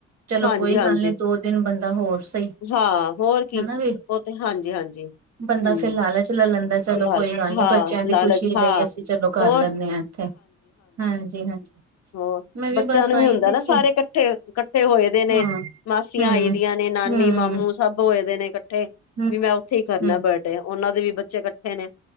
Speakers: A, on the right; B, on the left.
A: ਚਲੋ,
B: ਹਾਂਜੀ
A: ਕੋਈ
B: ਹਾਂਜੀ
A: ਗੱਲ ਨਹੀਂ। ਦੋ - ਤਿੰਨ ਬੰਦਾ ਹੋਰ ਸਹੀ,
B: ਹਾਂ ਹੋਰ ਕੀ
A: ਹਨਾ ਬਈ।
B: ਉਹ ਤੇ, ਹਾਂਜੀ- ਹਾਂਜੀ।
A: ਬੰਦਾ
B: ਹਮ
A: ਫਿਰ ਲਾਲਚ ਲੈ ਲੈਂਦਾ, ਚਲੋ।
B: ਫਿਲਹਾਲ
A: ਕੋਈ ਗੱਲ ਨਹੀਂ।
B: ਹਾਂ
A: ਬੱਚਿਆਂ ਦੀ
B: ਲਾਲਚ
A: ਖੁਸ਼ੀ
B: ਹਾਂ
A: ਲਈ ਅਸੀਂ ਚਲੋ, ਘਰ
B: ਹੋਰ
A: ਲੈਂਨੇ ਹਾਂ। ਇੱਥੇ, ਹਾਂਜੀ - ਹਾਂਜੀ।
B: ਹੋਰ
A: ਮੈਂ
B: ਬੱਚਿਆਂ
A: ਬਸ
B: ਨੂੰ
A: ਆਈ
B: ਵੀ ਹੁੰਦਾ
A: ਦੀ
B: ਨਾ।
A: ਸੀ
B: ਸਾਰੇ ਕੱਠੇ - ਕੱਠੇ ਹੋਏ ਦੇ ਨੇ।
A: ਹਾਂ
B: ਮਾ ਧੀਆਂ
A: ਹਮ
B: ਆਈਆ ਦੀਆਂ ਨੇ, ਨਾਨੀ,
A: ਹਮ
B: ਮਾਮੂ ਸਭ ਹੋਏ ਦੇ ਨੇ ਕੱਠੇ। ਬਈ,
A: ਹਮ
B: ਮੈਂ ਉੱਥੇ ਹੀ ਕਰਨਾ
A: ਹਮ
B: ਬਰਡ ਤੇ ਉਹਨਾਂ ਦੇ ਵੀ ਬੱਚੇ ਇਕੱਠੇ ਨੇ।